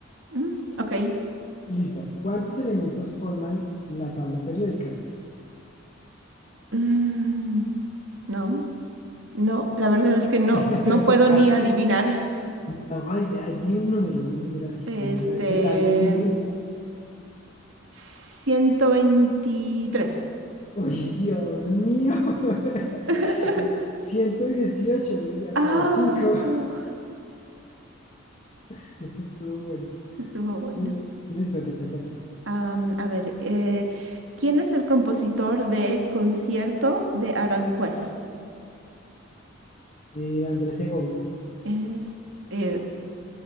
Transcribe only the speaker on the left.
Listo, ¿cuántos elementos forman la tabla periódica?
<laughs>
Ah,
No, ay, de- ah, di un número, di un número así
como, ay, ¿qué tal la tienes?
Uy, Dios mío, <laughs>
118, o sea,
por cinco
<laughs> estuvo bueno.
Li- Listo, te toca a ti.
Eh, Andrés Segovia.